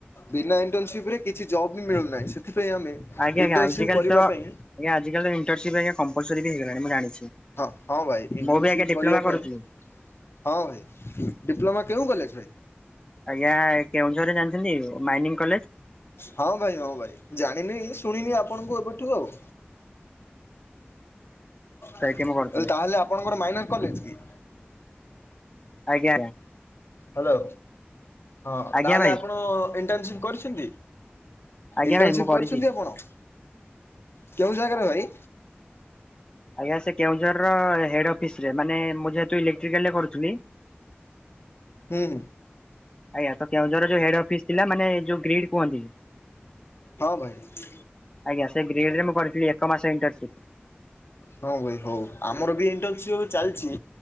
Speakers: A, on the left; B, on the left.
A: ବିନା ଇଣ୍ଟର୍ନସିପ୍ ରେ କିଛି ଜବ୍ ବି ମିଳୁନାହିଁ ସେଥିପାଇଁ ଆମେ
B: ଆଜ୍ଞା
A: ଇଣ୍ଟର୍ନସିପ୍
B: ଆଜ୍ଞା ଆଜିକାଲି
A: କରିବା
B: ତ
A: ପାଇଁ
B: ଆଜି କାଲି ଇଣ୍ଟରସିପ ଆଜ୍ଞା କମ୍ପଲସରୀ ବି ହେଇଗଲାଣି ମୁଁ ଜାଣିଛି।
A: ହଁ ଭାଇ ଇଣ୍ଟର୍ନସିପ୍
B: ମୁଁ ବି ଆଜ୍ଞା ଡିପ୍ଲୋମା
A: କରିବା ପାଇଁ
B: କରୁଥିଲି।
A: ହଁ ଭାଇ ଡିପ୍ଲୋମା କେଉଁ କଲେଜ ରେ?
B: ଆଜ୍ଞା ଏ କେଉଁଝରରେ ଜାଣିଚନ୍ତି ମାଇନିଂ କଲେଜ।
A: ହଁ ଭାଇ ହଁ ଭାଇ ଜାଣିନି ଶୁଣିନି ଆପଣଙ୍କୁ ଏବେଠୁ ଆଉ।
B: ସେଇଠି
A: କହିଲି
B: ମୁଁ କରୁଥିଲି
A: ତାହେଲେ ଆପଣଙ୍କର ମାଇନର କଲେଜ କି?
B: ଆଜ୍ଞା।
A: ହ୍ୟାଲୋ ହଁ
B: ଆଜ୍ଞା
A: ତାହେଲେ
B: ଭାଇ
A: ଆପଣ ଇଣ୍ଟର୍ନସିପ୍ କରିଛନ୍ତି?
B: ଆଜ୍ଞା
A: ଇଣ୍ଟର୍ନସିପ୍
B: ଭାଇ ମୁଁ କରିଛି।
A: କରିଛନ୍ତି ଆପଣ କେଉଁ ଜାଗାରେ ଭାଇ।
B: ଆଜ୍ଞା ସେ କେଉଁଝର ର ହେଡ୍ ଅଫିସ ରେ ମାନେ ମୁଁ ଯେହେତୁ ଇଲେକ୍ଟ୍ରିକାଲ ରେ କରୁଥିଲି
A: ହୁଁ।
B: ଆଜ୍ଞା ତ କେଉଁଝରରେ ଯୋଉ ହେଡ୍ ଅଫିସ୍ ଥିଲା ମାନେ ଯୋଉ ଗ୍ରୀଡ୍ କୁହନ୍ତି।
A: ହଁ ଭାଇ।
B: ଆଜ୍ଞା ସେ ଗ୍ରେଡ୍ ରେ ମୁ କରିଥିଲେ ଏକ ମାସ ଇଣ୍ଟରସିପ୍।
A: ହଁ ଭାଇ ହଉ ଆମର ବି ଇଣ୍ଟରସିପ୍ ଚାଲିଚି